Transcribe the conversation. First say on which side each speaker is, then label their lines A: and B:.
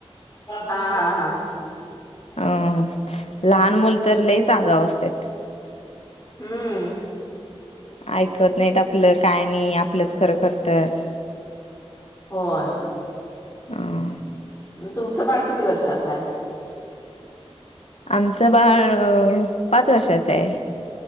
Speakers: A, on the left; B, on the left.
A: हां हां हां.
B: अं लहान मुल तर लयीच आगाव असत्यात.
A: हुं.
B: आयकत नाहीत आपलं काय नाही आपलंच खरं करत्यात.
A: होंय
B: अं
A: तुमचं बाळ किती वर्षाचायं?
B: आमचं बाळं पाच वर्षाचंयं.